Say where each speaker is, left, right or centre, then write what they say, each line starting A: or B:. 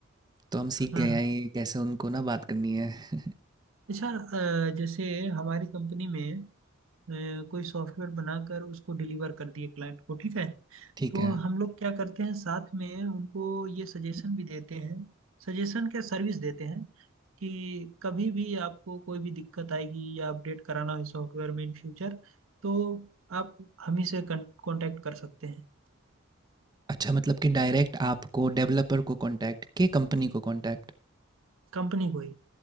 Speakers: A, on the right; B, on the right.
A: तो हम सीख
B: हाँ
A: गए
B: हाँ।
A: हैं ये कैसे उनको ना बात करनी है
B: अच्छा अ, जैसे हमारी कंपनी में अ, कोई सॉफ्टवेयर बनाकर उसको डिलीवर कर दिए क्लाइंट को ठीक है
A: ठीक
B: तो
A: है
B: हम लोग क्या करते हैं साथ में उनको ये सजेशन भी देते हैं सजेशन क्या सर्विस देते हैं कि कभी भी आपको कोई भी दिक्कत आएगी या अपडेट कराना हो सॉफ्टवेयर में इन फ्यूचर तो आप हम ही से कांटेक्ट कर सकते हैं
A: अच्छा मतलब कि डायरेक्ट आपको डेवलपर को कांटेक्ट के कंपनी को कांटेक्ट
B: कंपनी को ही